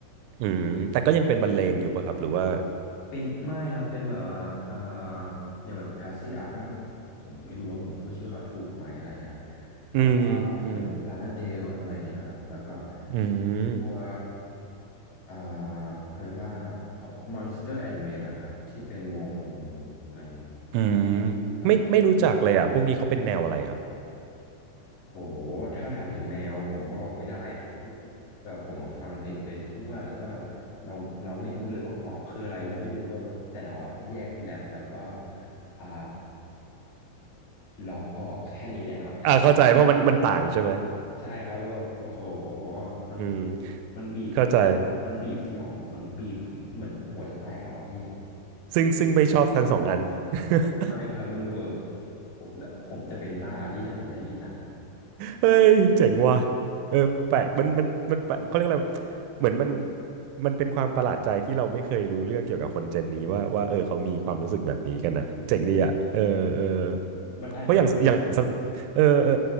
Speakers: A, on the right (about 85°); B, on the left (about 55°).
A: อืมแต่ก็ยังเป็นบรรเลงอยู่ป่ะครับหรือว่า
B: เป็นไม่ครับเป็นแบบว่าเอ่ออย่างแบบกาซี่อาฮัมผมไม่รู้ว่าผมพูดชื่อเขาถูกไหมอะไรเงี้ยครับแล้วก็อาจจะเป็นแบบลานาเดลอะไรเงี้ยครับแล้วก็
A: อืมอืมอืม
B: ตัวเอ่อเพรียกว่า Monster and Men นะครับที่เป็นวงวงหนึ่งใน
A: อืม
B: ครับ
A: ไม่ไม่รู้จักเลยอ่ะพวกนี้เขาเป็นแนวอะไรครับ
B: โหถ้าถามถึงแนวผมบอกไม่ได้ดิพี่แบบผมอะฟังเพลงไปทั่วแล้วก็แบบเราเราไม่รู้เลยว่าป๊อปคืออะไรเราไม่รู้ว่าแต่เราอะแยกแรปแล้วก็อ่าล็อกออกแค่นี้เลยครับแต่
A: <laughs> อ่าเข้าใจเพราะมันมันต่างใช่ไหม
B: ใช่ครับแล้วแบบโอ้โหมัน
A: อืม
B: มันบีบ
A: เข้าใจ
B: มันบีบสมองผมมันบีบผมเหมือนหัวจะแตกแล้วอะพี่
A: ซึ่งซึ่งไม่ชอบทั้งสองอัน <laughs>
B: ไม่ครับมันดูโอ้โหแล้วผมจะเป็นบ้าพี่ถ้าผมได้ยินอะ
A: เฮ้ยเจ๋งว่ะเออแปลกมันมันมันแปลกเขาเรียกอะไรเหมือนมันมันเป็นความประหลาดใจที่เราไม่เคยรู้เรื่องเกี่ยวกับคนเจนนี้ว่าว่าเออเขามีความรู้สึกแบบนี้กันอ่ะเจ๋งดีอ่ะเออเออ
B: มันอาจจะ
A: เพราะอย่างอย่างเออเออ